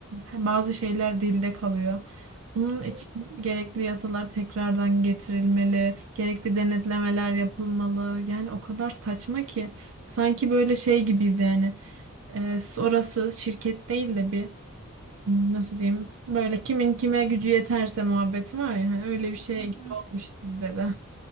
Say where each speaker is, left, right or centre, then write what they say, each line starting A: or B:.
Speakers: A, on the right; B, on the right.
A: bazı şeyler dilde kalıyor. Bunun için
B: Ya-
A: gerekli yasalar tekrardan getirilmeli, gerekli denetlemeler yapılmalı. Yani o kadar saçma ki sanki böyle şey gibiyiz yani. E, orası şirket değil de bir hmm, nasıl diyeyim böyle kimin kime gücü yeterse muhabbeti var ya hani öyle bir şey
B: Hı hı.
A: gibi olmuş sizde de.